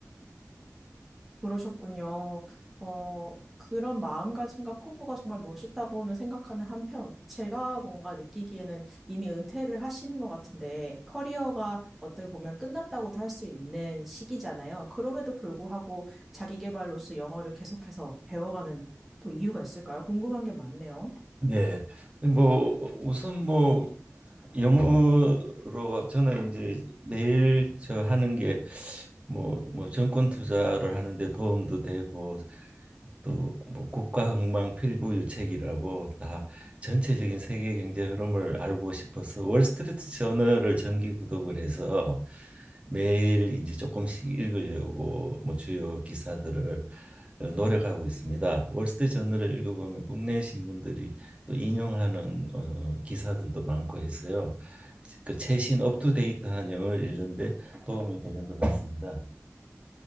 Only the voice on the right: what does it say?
네. 그 뭐 우선 뭐 영어로 저는 이제 매일 저 하는 게 뭐 뭐 정권 투자를 하는데 도움도 되고 또 뭐 국가흥망 필부유책이라고 다 전체적인 세계 경제 흐름을 알고 싶어서 월스트리트 저널을 정기 구독을 해서 매일 이제 조금씩 읽으려고 뭐 주요 기사들을 어, 노력하고 있습니다. 월스트리트 저널을 읽어보면 국내 신문들이 또 인용하는 어, 기사들도 많고 해서요. 그 최신 업투데이트한 영어를 읽는데 도움이 되는 것 같습니다.